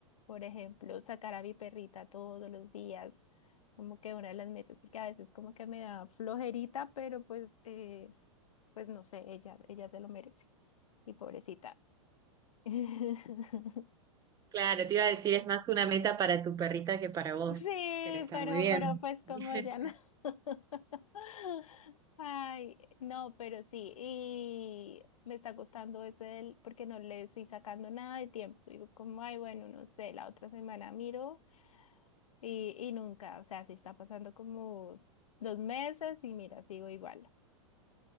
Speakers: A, on the left; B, on the right.
A: por ejemplo, sacar a mi perrita todos los días, como que una de las metas, porque a veces como que me da flojerita, pero pues, eh, pues no sé, ella, ella se lo merece, mi pobrecita. <laughs>
B: Claro, te iba a decir, es más una meta para tu perrita que para vos,
A: Sí,
B: pero está
A: pero,
B: muy bien.
A: pero pues como
B: <laughs>
A: ya no. <laughs> Ay, no, pero sí, y me está costando ese del- porque no le estoy sacando nada de tiempo. Digo, como, ay, bueno, no sé, la otra semana miro y, y nunca, o sea, sí está pasando como dos meses y mira, sigo igual.